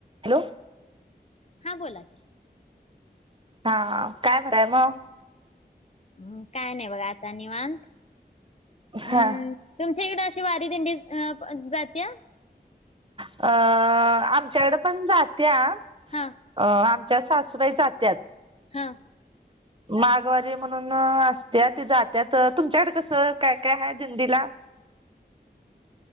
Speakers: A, on the right (about 30°); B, on the left (about 40°).
A: Hello
B: हा बोला क
A: हा काय म्हतय मग
B: म् काय नाही बघा आता निवांत हम्
A: हा
B: तुमच्याकडे अशी वारी दिंडी जात्या.
A: अ आमच्याकडे पण जातेम.
B: हा
A: सासूबाई जात्या.
B: हा.
A: माघवारी म्हणून असत्या जात्या तुमच्याकडे कसं काय काय आहे दिंडीला.